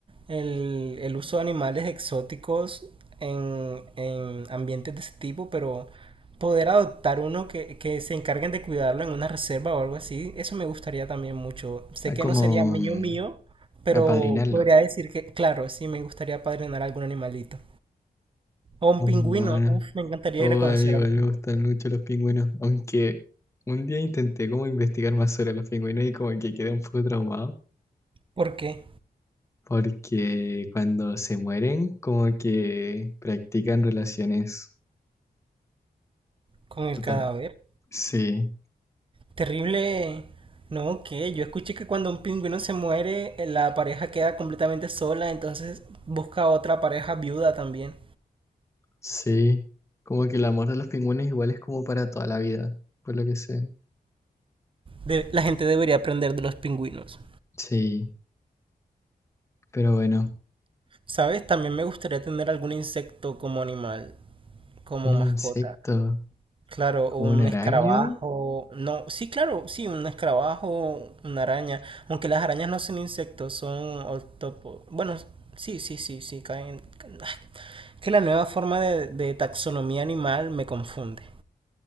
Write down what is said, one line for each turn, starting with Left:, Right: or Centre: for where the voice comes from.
Right: el, el uso de animales exóticos en, en ambientes de ese tipo, pero poder adoptar uno que, que se encarguen de cuidarlo en una reserva o algo así, eso me gustaría también mucho. Sé
Left: ah,
Right: que
Left: como
Right: no sería mío
Left: mm,
Right: mío, pero
Left: apadrinarlo,
Right: podría decir que, claro, sí me gustaría padrinar algún animalito. O un
Left: un
Right: pingüino,
Left: mono.
Right: uf, me encantaría
Left: Oh,
Right: ir a
Left: amigo,
Right: conocer a los
Left: me
Right: pingüinos.
Left: gustan mucho los pingüinos, aunque un día intenté como investigar más sobre los pingüinos y como que quedé un poco traumado,
Right: ¿Por qué?
Left: porque cuando se mueren como que practican relaciones.
Right: Con el
Left: total-
Right: cadáver.
Left: Sí,
Right: Terrible. No, que yo escuché que cuando un pingüino se muere, eh, la pareja queda completamente sola, entonces busca otra pareja viuda también.
Left: sí, como que el amor de los pingüinos igual es como para toda la vida, por lo que sé.
Right: De- la gente debería aprender de los pingüinos.
Left: Sí, pero bueno,
Right: ¿Sabes? También me gustaría tener algún insecto como animal, como
Left: un
Right: mascota.
Left: insecto
Right: Claro,
Left: como
Right: o un
Left: un arácnido,
Right: escarabajo. No, sí, claro, sí, un escarabajo, una araña. Aunque las arañas no son insectos, son octopo. Bueno, sí, sí, sí, sí, caen. Ay, Que la nueva forma de, de taxonomía animal me confunde.